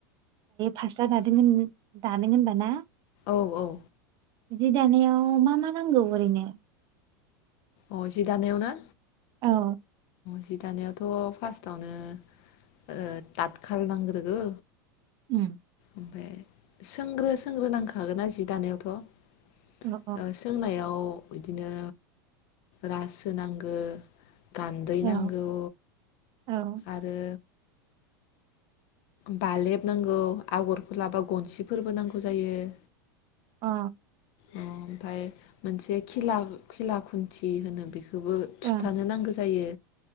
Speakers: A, on the right; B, on the left.
A: फास्रआ दादों दानो होनबा ना
B: औ औ
A: जि दानायाव मा मा नांगौ ओरैनो
B: अ जि दानायावना
A: औ
B: जि दानायावथ फार्स्टआवनो थाथ खाल नांग्रोगौ
A: उम
B: ओमफ्राय सोंग्रो सोंग्रो नांखागोन ना जि दानायावथ
A: अ
B: सोंनायाव बिदिनो रासो नांगौ गान्दै
A: अ औ
B: नांगौ
A: औ
B: आरो बालेब नांगौ आगरफोर लाबा गनसिफोरबो नांगौ जायो
A: अ
B: ओमफ्राय मोनसे खिला खिला खुन्थि होनो बेखौ बेखौबो
A: अ
B: थुथानो नांगौ जायो